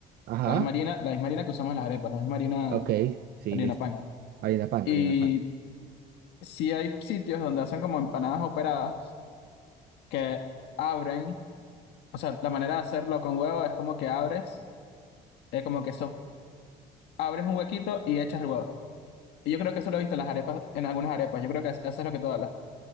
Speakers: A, on the right; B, on the left.
A: Ajá,
B: la misma harina, la misma harina que usamos en las arepas, la misma harina,
A: ok, sí,
B: harina
A: listo.
B: pan.
A: Harina pan,
B: Y
A: harina pan.
B: sí hay sitios donde hacen como empanadas operadas que abren, o sea, la manera de hacerlo con huevo es como que abres, eh, como que eso, abres un huequito y echas el huevo. Y Yo creo que eso lo he visto en las arepas, en algunas arepas. Yo creo que es- eso es lo que tú hablas.